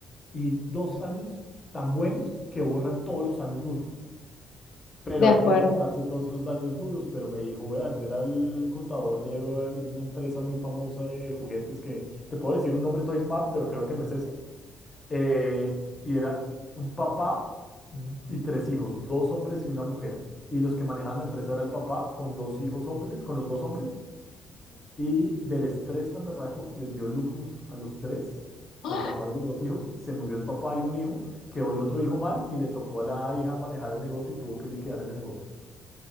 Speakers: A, on the left; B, on the left.
A: y dos años tan buenos que borran todos los años duros. Pero
B: de
A: hay
B: acuerdo.
A: que aguantarse todos esos años duros. Pero me dijo, vea, yo era el contador de, eh, de una empresa muy famosa de juguetes que te puedo decir un nombre Toy Smart, pero creo que no es ese. Eh, y era un papá y tres hijos, dos hombres y una mujer. Y los que manejaban la empresa era el papá con dos hijos hombres, con los dos hombres, y del estrés tan berraco les dio lupus a los tres,
B: Ujú.
A: al papá de los dos hijos. Se murió el papá y un hijo, quedó el otro hijo mal y le tocó a la hija manejar el negocio y tuvo que liquidar el negocio.